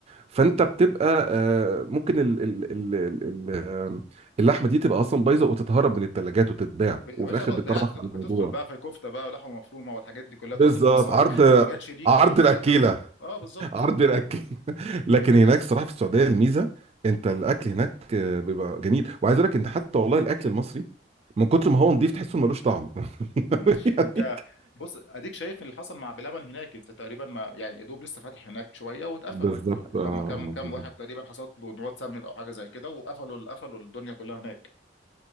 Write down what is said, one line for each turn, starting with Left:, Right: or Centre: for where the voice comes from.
Right: فانت بتبقى آه، ممكن ال ال ال ال آه، اللحمه دي تبقى اصلا بايظه وتتهرب من الثلاجات وتتباع
Left: <laughs> يا
Right: وفي
Left: باشا
Right: الاخر
Left: لو
Right: بتطرح
Left: اتباعت هتد-
Right: على
Left: هتدخل
Right: الموضوع
Left: بقى في كفته بقى ولحمه مفرومه والحاجات دي كلها
Right: بالظبط
Left: تروح للمصانع
Right: عرض
Left: لو ما جاتش ليك
Right: عرض
Left: هتروح
Right: الاكيله
Left: لحاجات تانيه اه بالظبط
Right: عرض الاكل <laughs> لكن هناك الصراحه في السعوديه الميزه انت الاكل هناك آه، بيبقى جميل وعايز اقول لك انت حتى والله الاكل المصري من كتر ما هو نضيف تحسه ملوش طعم
Left: مم.
Right: <laughs> يعني
Left: انت بص اديك شايف اللي حصل مع بلبن هناك انت تقريبا ما يعني يا دوب لسه فاتح هناك شويه واتقفل
Right: بالظبط
Left: لما
Right: اه
Left: كم
Right: آه،
Left: كم
Right: بالظبط
Left: واحد تقريبا حصلت له نوات سمن او حاجه زي كده وقفلوا قفلوا الدنيا كلها هناك